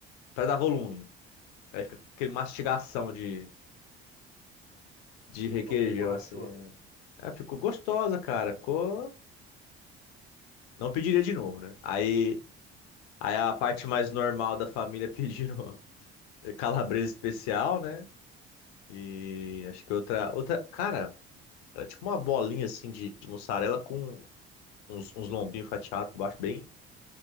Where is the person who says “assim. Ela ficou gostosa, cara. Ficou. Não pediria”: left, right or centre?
Left